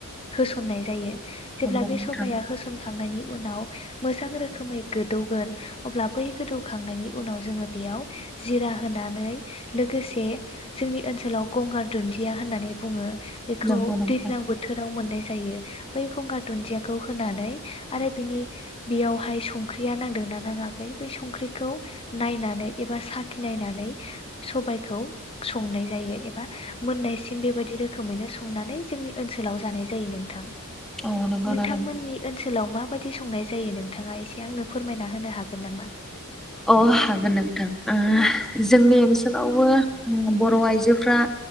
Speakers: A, on the left (about 25°); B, in the centre.
A: होसननाय जायो जेब्ला
B: नंगौ
A: बे
B: नोंथां
A: सबाया होसनखांनायनि उनाव मोजां रोखोमै गोदौगोन अब्ला बै गोदौखांनायनि उनाव जोङो बेयाव जिरा होनानै लोगोसे जोंनि ओनसोलाव गंगार दुन्दिया होननानै बुङो बेखौ
B: नंगौ नोंथां
A: दैज्लां बोथोराव मोननाय जायो बै गंगार दुन्दियाखौ होनानै आरो बिनि बेयावहाय संख्रिया नांदोंना नाङाखै बै संख्रिखौ नायनानै एबा साखिनायनानै सबायाइखौ संनाय जायो एबा मोननायसि थिग बेबायदि रोखोमैनो संनानै जोंनि ओनसोलाव जानाय जायो नोंथां।
B: अ नंगौना
A: नोंथांमोननि
B: नोंथां
A: ओनसोलाव माबायदि संनाय जायो नोंथाङा एसे आंनो फोरमायना होनो हागोन नामा?
B: अ हागोन नोंथां ओ जोंनि ओनसोलावबो बर' आइजोफ्रा